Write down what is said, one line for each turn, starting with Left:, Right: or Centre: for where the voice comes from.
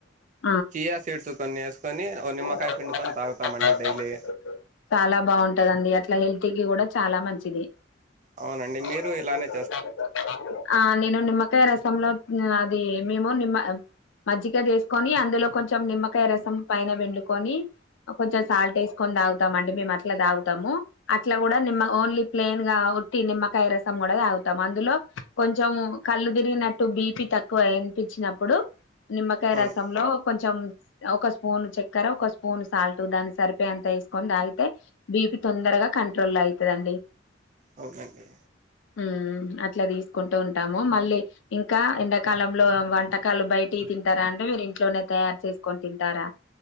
Left: అ
Right: చీయా సీడ్స్ కొన్ని ఎసుకొని ఓ నిమ్మకాయ
Left: నవనిమ్మకాయ
Right: పిండుకొని తాగుతామండి
Left: చేసుకొని
Right: డైలీ
Left: ఈరోజు చాలా బావుంటదండి అట్లా హెల్త్కి కూడా చాలా మంచిది
Right: అవునండి మీరు
Left: అవునుండి
Right: ఇలానే
Left: మీ తోటి క్యారి చేస్తారండి ఆ నేను నిమ్మకాయ రసంలో అది మేము నిమ్మ మజ్జిగా వేసుకొని అంద్ అందులో కొంచెం నిమ్మకాయ రసం పైన పిండుకొని కొంచెం సాల్ట్ వేసుకొని తాగు తామండి మేము అట్లా తాగుతాము అట్లా కూడా నిమ్మ ఓన్లీ ప్లెయిన్గా ఉట్టి నిమ్మకాయ రసం కూడా తాగు టం అందులో కొంచెం కళ్ళు తిరిగినట్టు బీపి తక్కువ అనిపించినప్పుడు నిమ్మకాయ
Right: అవును
Left: రసంలో చం ఒక స్పూన్ చక్కెర, ఒక స్పూన్ సాల్ట్ దానికి సరిపోయేంత ఎసుకని తాగితే బీపి తొందరగా కంట్రోల్ల అయితదండి.
Right: అవునండి.
Left: హ్ అట్లా తీసుకుంటూ ఉంటాము. మళ్ళీ ఇంకా ఎండాకాలంలో వంటకాలు బయటియి తింటరా అండి. మీరు ఇంట్లోనే తయారు చేసుకొని తింటారా?